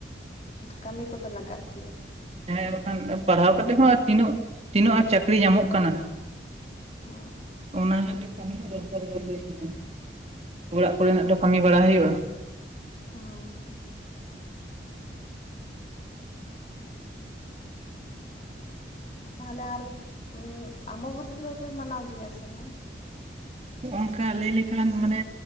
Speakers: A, on the left; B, on the right.
A: ᱠᱟᱹᱢᱤ ᱠᱚᱫᱚ ᱞᱟᱜᱟᱜ ᱜᱮᱭᱟ ᱾
B: ᱦᱮᱸ ᱵᱟᱠᱷᱟᱱ ᱯᱟᱲᱦᱟᱣ ᱠᱟᱛᱮ ᱮᱫ ᱦᱚᱸ ᱛᱤᱱᱟᱹᱜ ᱛᱤᱱᱟᱹᱜ ᱪᱟᱹᱠᱨᱤ ᱧᱟᱢᱚᱜ ᱠᱟᱱᱟ
A: ᱚ
B: ᱚᱱᱟ ᱜᱮᱛᱮ ᱠᱟᱹᱢᱤ ᱨᱮ ᱞᱟᱜᱟᱜ-ᱟ ᱚᱲᱟᱜ ᱠᱚᱨᱮᱱᱟᱜ
A: ᱦᱩᱸ
B: ᱫᱚ ᱠᱟᱹᱢᱤ ᱵᱟᱲᱟ ᱦᱩᱭᱩᱜᱼᱟ <inaudible>
A: ᱦᱩᱸ ᱦᱩᱸ ᱛᱟᱦᱚᱞᱮ ᱟᱨ ᱩᱢ ᱟᱢᱟᱛᱚᱛᱤ ᱫᱚᱯᱮ ᱢᱟᱱᱟᱣ ᱜᱮᱭᱟ ᱥᱮ ᱵᱟᱝ
B: ᱦᱚᱸᱜᱼ ᱱᱚᱝᱠᱟ ᱞᱟᱹᱭ ᱞᱮᱠᱷᱟᱱ ᱢᱟᱱᱮ